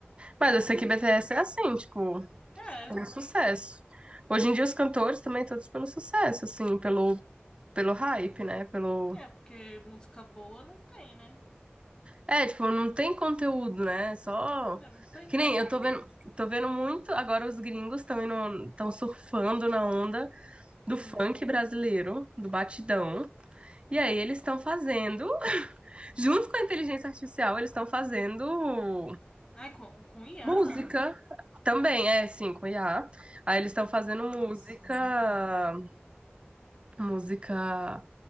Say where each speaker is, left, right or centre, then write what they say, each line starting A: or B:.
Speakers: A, on the right; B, on the left.
A: Mas eu sei que BTS é assim, tipo,
B: É,
A: pelo sucesso. Hoje em dia os cantores também todos pelo sucesso, assim, pelo pelo hype, né? Pelo
B: é, porque música boa não tem, né?
A: É, tipo, não tem conteúdo, né? Só
B: É, não tem
A: que
B: conteúdo.
A: nem eu tô vendo, tô vendo muito agora os gringos estão estão surfando na onda do
B: Hum.
A: funk brasileiro, do batidão. E aí eles estão fazendo, junto com a inteligência artificial, eles estão fazendo
B: Ai, com, com IA?
A: música também, é, sim, com IA. Aí eles estão fazendo
B: Ah,
A: música,
B: sim.
A: música